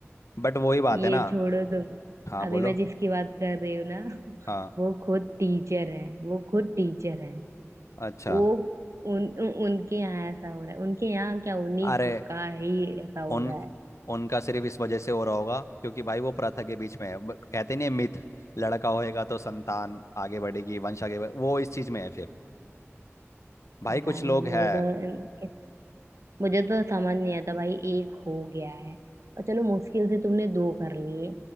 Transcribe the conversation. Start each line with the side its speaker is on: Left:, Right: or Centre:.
Left: बट वही बात
Right: ये
Left: है ना
Right: छोड़ो तुम
Left: हाँ
Right: अभी
Left: बोलो
Right: मैं जिसकी बात कर रही हूँ ना <laughs>
Left: हाँ
Right: वो खुद टीचर है वो खुद टीचर है
Left: अच्छा
Right: वो उन, उन उनके यहाँ ऐसा हो रहा है उनके यहाँ क्या उन्हीं
Left: अरे
Right: का ही ऐसा हो
Left: उन
Right: रहा है
Left: उनका सिर्फ इस वजह से हो रहा होगा क्योंकि भाई वो प्रथा के बीच में है ब- कहते नहीं मिथ लड़का होएगा तो संतान आगे बढ़ेगी वंश आगे बढ़े वो इस चीज़ में है फिर भाई
Right: पता
Left: कुछ
Right: नहीं
Left: लोग
Right: मुझे
Left: हैं
Right: तो मुझे तो समझ नहीं आता भाई एक हो गया है और चलो मुश्किल से तुमने दो कर लिए